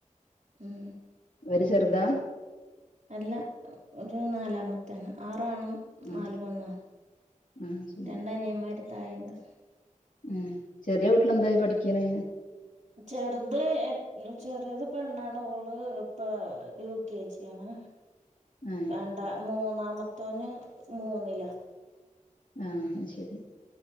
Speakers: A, on the right; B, on the left.
A: ഉം
B: ഇവര് ചെറുതാ
A: അല്ല ഓരു നാലാമത്താണ് ആറാണും
B: ആഹ്
A: നാല് പെണ്ണാ
B: ആഹ് ശരി
A: രണ്ടനിയമ്മാര് താഴെണ്ട്
B: ഉം ചെറിയ കുട്ടികള് എന്തായി പഠിക്ക്‌ണ്
A: ചെ റുത് എ ചെറെത് പെണ്ണാണ് ഓള് ഇപ്പം യു കെ ജി ആണ്
B: ആഹ്
A: രണ്ടാ മൂന്നാമത്തോന് മൂന്നില
B: ആ അയ് ശരി